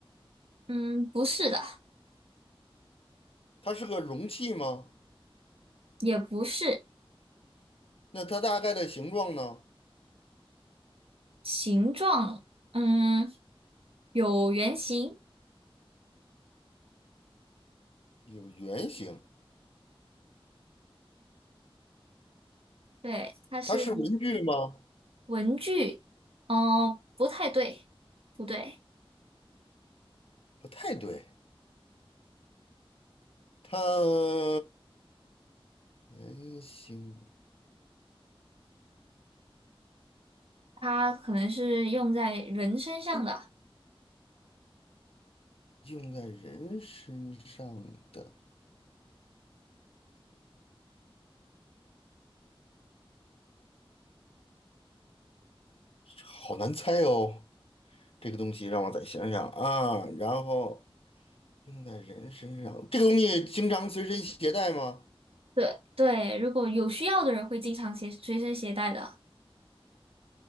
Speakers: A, on the right (about 75°); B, on the left (about 75°).
A: 嗯，不是的。
B: 它是个容器吗？
A: 也不是
B: 那它大概的形状呢？
A: 形状，嗯，有圆形，
B: 有圆形。
A: 对，它是
B: 它是文具吗？
A: 文具，哦，不太对，不对，
B: 不太对，它圆形
A: 它可能是用在人身上的，
B: 用在人身上的，好难猜哦。这个东西让我再想想啊，然后用在人身上，这个东西经常随身携带吗？
A: 对对，如果有需要的人会经常携随身携带的，